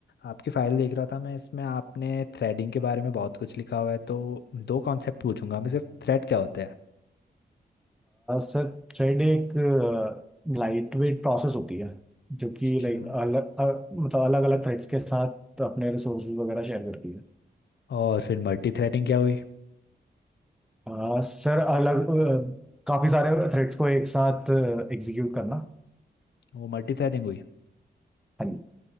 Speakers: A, on the left (about 75°); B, in the centre.
A: आपकी फाइल देख रहा था मैं इसमें आपने थ्रेडिंग के बारे में बहुत कुछ लिखा हुआ है तो दो कॉन्सेप्ट पूछूंगा मैं सिर्फ थ्रेड क्या होता है
B: सर थ्रेड एक लाइट वेट प्रोसेस होती है जो
A: अच्छा
B: कि लाइक अलग अ, मतलब अलग अलग थ्रेड्स के साथ अपने रिसोर्सेज वगैरह शेयर करती है
A: और फिर मल्टी थ्रेडिंग क्या हुई
B: आ, सर अलग अ, काफी सारे थ्रेड्स को एक साथ एग्जीक्यूट करना
A: वो मल्टी थ्रेडिंग हुई
B: हाँ जी